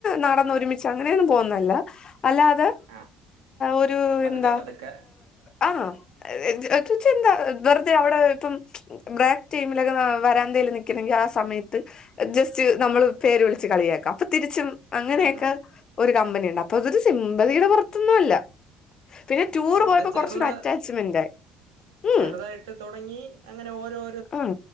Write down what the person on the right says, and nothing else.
ആഹ്
പതുക്കെ
പതുക്കെ
ആഹ് ആഹ്
എന്ന് പറഞ്ഞ
ചെറുത്
ചെറുതായിട്ട് തുടങ്ങി അങ്ങനെ ഓരോ.